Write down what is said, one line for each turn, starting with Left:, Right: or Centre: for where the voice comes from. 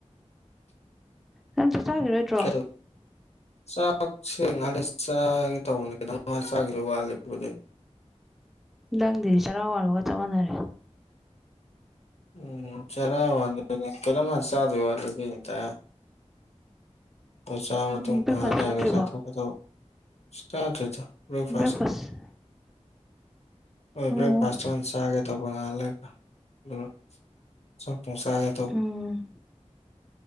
Centre: ꯅꯪ ꯆꯥꯛ ꯆꯥꯈꯤꯔꯣꯏꯗ꯭ꯔꯣ
Left: ꯀꯩꯅꯣ ꯆꯥꯛꯁꯦ ꯉꯥꯛ ꯂꯩꯔ ꯆꯥꯒꯦ ꯇꯧꯕ ꯃꯥ ꯆꯈꯤꯔꯣꯏ ꯋꯥꯠꯂꯤ ꯑꯗꯨꯗꯤ
Centre: ꯅꯪꯗꯤ ꯆꯔꯥ ꯋꯥꯟꯕꯒ ꯆꯞ ꯃꯥꯟꯅꯔꯦ
Left: ꯎꯝ ꯆꯂꯣ ꯋꯥ ꯀꯂꯣ ꯃꯟꯁꯗꯜꯗꯤ <inaudible> ꯏꯇꯥ ꯆꯔ ꯃꯇꯨꯡ
Centre: ꯎꯝ ꯕ꯭ꯔꯦꯛꯐꯥꯁ
Left: ꯉꯥꯏꯍꯥꯛ ꯂꯩꯔꯒ
Centre: ꯆꯥꯗ꯭ꯔꯤꯕꯣ
Left: ꯆꯥꯊꯣꯛꯀꯦ ꯇꯧꯕ ꯆꯥꯗ꯭ꯔꯤꯗ ꯕ꯭ꯔꯦꯛꯐꯥꯁꯀ
Centre: ꯕꯦꯛꯐꯥꯁ ꯎꯝ
Left: ꯕ꯭ꯔꯦꯛꯐꯥꯁ ꯇꯨ ꯍꯥꯟꯅ ꯆꯒꯦ ꯇꯧꯕ ꯉꯛ ꯂꯩꯔꯒ ꯄꯨꯡꯁꯥꯒꯦꯗ <inaudible>
Centre: ꯎꯝ